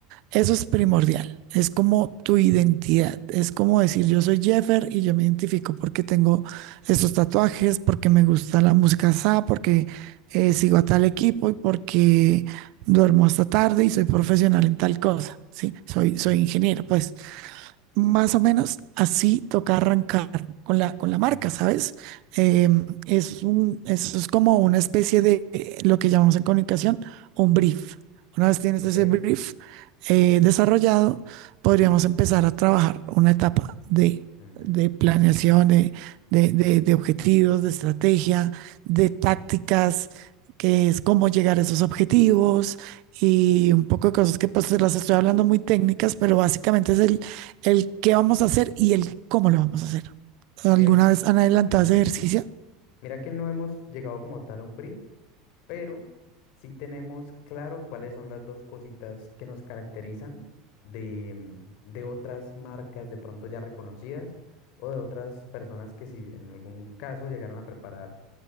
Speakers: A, on the right; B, on the left.
A: Eso es primordial. Es como tu identidad. Es como decir, yo soy Jeffer y yo me identifico porque tengo estos tatuajes, porque me gusta la música SA, porque eh, sigo a tal equipo y porque duermo hasta tarde y soy profesional en tal cosa. Sí, soy, soy
B: Ujú,
A: ingeniero, pues. Más o menos así toca arrancar con la, con la marca,
B: ujú,
A: ¿sabes? Em, es un, eso es como una especie de eh, lo que llamamos en comunicación un brief. Una vez tienes
B: Ok.
A: ese brief eh, desarrollado, podríamos empezar a trabajar una etapa de,
B: ujú.
A: de planeación, de, de, de- de objetivos, de estrategia, de tácticas, que es cómo llegar a esos objetivos y un poco de cosas que pues te las estoy hablando muy técnicas, pero básicamente es el el qué vamos a hacer y el cómo lo vamos a hacer. ¿Alguna
B: Mira,
A: vez han adelantado
B: ujú.
A: ese ejercicio?
B: Mira que no hemos llegado como tal a un brief, pero sí tenemos claro cuáles son las dos cositas que nos caracterizan de, mm, de otras marcas de pronto ya reconocidas o de otras personas que si en algún caso llegaran a preparar